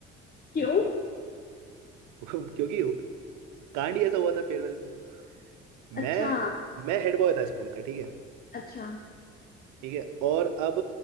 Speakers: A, on the left; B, on the right.
A: क्यों
B: <laughs> क्योंकि कांड ही ऐसा हुआ था फेयरवेल पे मैं
A: अच्छा
B: मैं हेड बॉय था स्कूल का ठीक है
A: अच्छा
B: ठीक है और अब